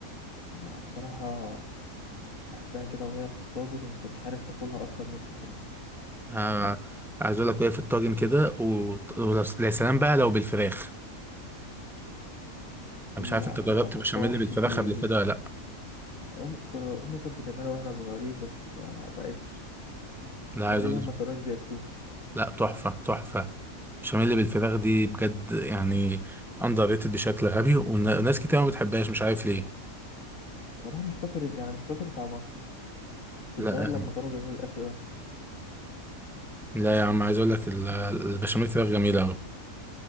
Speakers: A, on the left (about 65°); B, in the centre.
A: لا بصراحة بحبها كده وهي في الطاجن أنت مش عارف تاكلها أصلا من سخنت
B: آه، عايز اقول لك وهي في الطاجن كده و... ويا سلام بقى لو بالفراخ انا مش عارف
A: لا
B: انت جربت
A: ما جربتهاش
B: بشاميل بالفراخ
A: كتير
B: قبل
A: دي
B: كده ولا لا
A: أم- ك- أمي كانت بتعملها وإحنا صغيرين بس ما بقتش
B: لا عايز
A: تقريبا
B: اقول
A: ما كانوش بياكلوه
B: لا تحفة تحفة البشاميل بالفراخ دي بجد يعني اندر ريتد بشكل غبي والن- وناس كتير ما بتحبهاش مش عارف ليه
A: بصراحة مش فاكر يعني مش فاكر طعمها كنت
B: لا
A: صغير لما كانوا بيعملوا الأكل ده
B: لا يا عم عايز اقول لك ال- البشاميل فراخ جميلة قوي